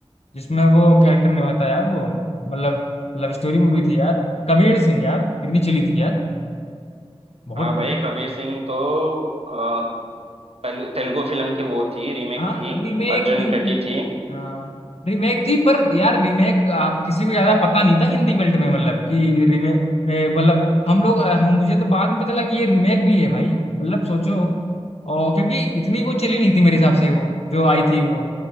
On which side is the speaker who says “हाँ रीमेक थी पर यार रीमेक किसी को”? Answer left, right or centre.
Left